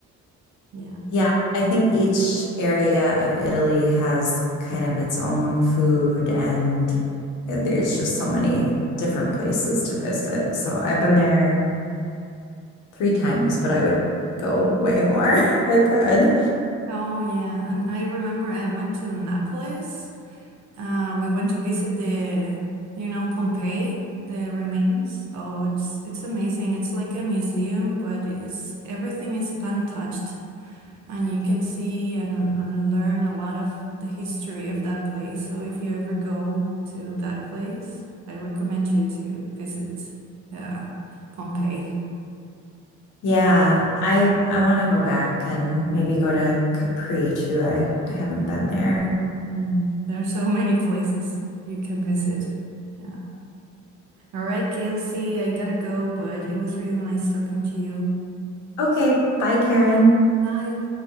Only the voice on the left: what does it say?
Yeah, I think each area of Italy has kind of its own food and there's just so many different places to visit. So I've been there three times, but I would go way more <laughs> if I could.
Yeah, I I want to go back and maybe go to Capri too. I, I haven't been there.
Okay, bye, Karen.